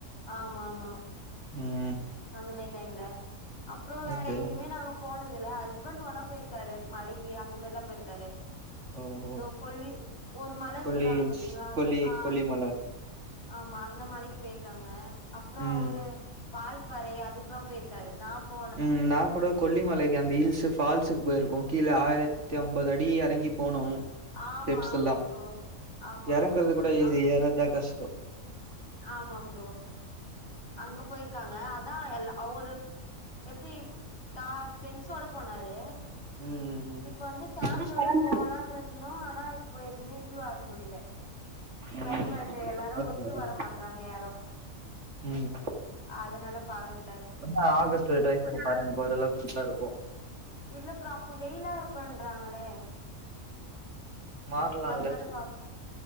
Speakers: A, on the left (about 50°); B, on the right (about 55°).
A: ஆமாமா
B: ம்
A: அந்த மேரி டைம்ல அப்புறோ வேற
B: ஓகே
A: எங்யுமே நாங்க போனது இல்ல ஹஸ்பண்ட் வேணா பேயிருக்காரு மலைக்கு அந்த மாரிலா பேயிருக்காரு
B: ஓ ஓ
A: தோ கொல்லி ஒரு மல
B: கொல்லி
A: சொல்றாங்க
B: ஹில்ஸ்
A: பாத்தீங்ளா
B: கொல்லி
A: ஆ
B: கொல்லிமல
A: ஆமா அந்த மலைக்கு பேயிருக்காங்க அப்றோ
B: ம்
A: ஒரு வால்பாறை அதுக்கெல்லா பேயிருக் க்காரு நா போ
B: ம் நா கூட கொல்லிமலைக்கு அந்த ஹில்ஸ் ஃபால்ஸுக்கு போயிருக்கோ கீழ ஆயிரத்தி அம்பது அடி எறங்கி போனு
A: ஆமா
B: டெப்ஸ்யெல்லா
A: ஆமா ப்ரோ ஆமா
B: எறங்கறது
A: ஆமா
B: கூட ஈசி
A: ஆ
B: ஏர்றதா கஷ்டோ
A: ஆமா ஃப்ரோ அவுங்ளா போயிருக்காங்க அதா எல்லா அவுரு எப்டி தா ஃப்ரெண்ட்ஸோட போனாரு
B: ம்,
A: இப்ப வந்து ஃபேமிலியோட
B: ம்.
A: போலானு இருந்தோ ஆனா இப்ப எதுமே இதுவாக முடில கிளைமேட்டு
B: ம்.
A: எல்லாரு
B: ஓகே,
A: ஒத்து
B: ஓகே.
A: வர மாட்டறாங்க யாரு
B: ம்
A: அதனால பாக்றத்
B: அப்பன்னா ஆகஸ்ட்டு ட்ரை பண்ணி பாருங்க ஃப்ரே அதுல ஃபுல்லா இருக்கு
A: இல்ல ஃப்ரோ அப்ப வெயிலா இருக்குன்றாங்களே
B: மாறலாம்ல.
A: அதனால பாக்